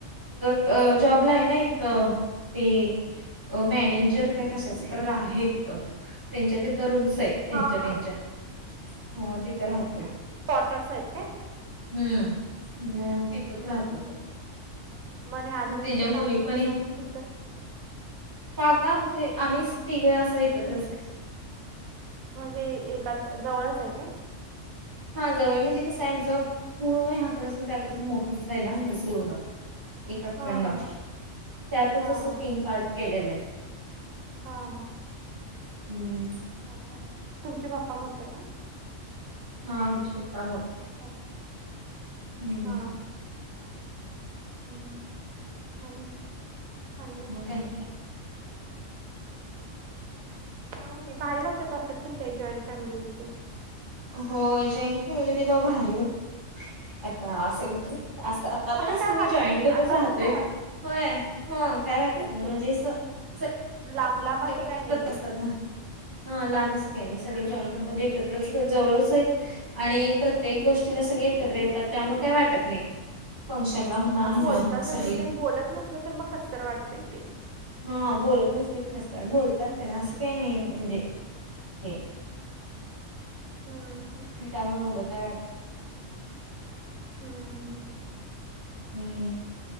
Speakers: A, on the right; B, on the right.
A: त जॉबला आहे ना इथ ते. अ मॅनेजर काय कशाच तर आहे तिथं त्यांच्या तिथं रूम्स आहेत त्यांच्या
B: हा हा
A: त्यांच्या हो तिथं राहतोय
B: कोटर्स आहेत काय?
A: हम्म मग तिथच
B: हम्म
A: राहतोय
B: हम्म.
A: तो
B: म्हणे अजून
A: त्याच्या
B: एकटे
A: मुली
B: काका कुठे
A: पण
B: राहतात तिथं
A: काका आमचे आम्हीच
B: हा.
A: तिघ असं एकत्रच आहे
B: म्हणजे एका जवळच आहे काय?
A: हा जवळ म्हणजे कस आहे आमचं, पूर्ण ह्याकडसून त्याकड <unintelligible> मोठच आहे ना पूर्ण. एक अकंड
B: हा हा
A: त्यातच
B: हा
A: असं
B: हा
A: तीन पार्ट केलेलं आहे.
B: हा हा!
A: हूं!
B: अस तुमचे पप्पा मोठे काय?
A: हा आमचे पप्पा मोठे
B: हा
A: हूं!
B: हा हा आणि. आणि काय
A: मग आणिक काय.
B: काय नाही भारी वाटत असेल, कीन ते जॉईंट फॅमिलीमदे.
A: हो जॉईंट फॅमिली होती तेव्हा भारी होत, आता असय <unintelligible> अस आता पण अस
B: काय
A: मी
B: वाटत
A: जॉईंट
B: नाही
A: <unintelligible> करतच
B: आता
A: राहतय.
B: पण काय वाटत
A: होय हो काय वाटत
B: तेच
A: नाही
B: की
A: म्हणजे अस च
B: लांब लांब असं
A: त <unintelligible>
B: काय नाहीये
A: असतात ना हा लांबआस काही नाही सगळे
B: हम्म
A: जॉईंट म्हणजे एकत. <unintelligible> जवळच आहेत. आणि प्रत्येक गोष्टीला सगळे एकत्र येतात, त्यामुळ काही वाटत नाही. फंक्शनला म्हणा ह्याला
B: बोलताच
A: म्हणा सगळे
B: आहे ते न बोलत नसल तर मग कसतर वाटतंय ते.
A: हा बोलत नसले तर अस बोलतात ते ना, असं काही नाही म्हणजे ते.
B: हं हं!
A: त्यामुळ येवड काय वाट
B: हूं हूं!
A: हूं!